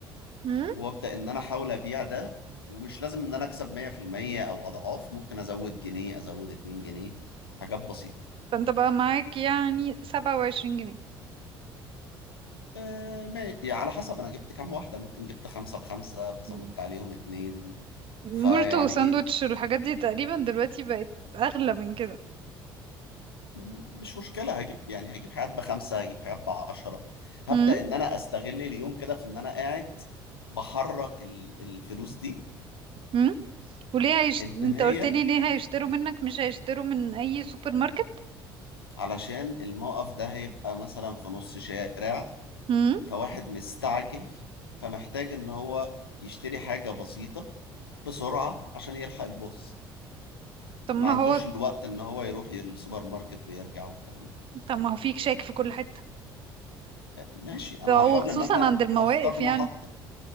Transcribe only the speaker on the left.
وابدا ان انا احاول ابيع ده ومش لازم ان انا اكسب 100% او اضعاف ممكن ازود جنيه ازود 2 جنيه حاجات بسيطه
أه ما- يعني على حسب انا جبت كام واحده ممكن جبت خمسه بخمسه فزودت
عليهم اتنين
فيعني
ايه
م- مش مشكله هجيب يعني هجيب حاجات بخمسه هجيب حاجات بعشره هبدا
ان انا استغل اليوم كده في ان انا قاعد بحرك ال- الفلوس دي
ان
هي
علشان الموقف ده هيبقى مثلا في نص شارع
فواحد مستعجل فمحتاج ان هو يشتري حاجة بسيطة بسرعة عشان يلحق الباص
ما
عندوش
الوقت ان هو يروح السوبر ماركت ويرجع والكلام ده
ماشي انا هحاول
ان انا
هختار
محطة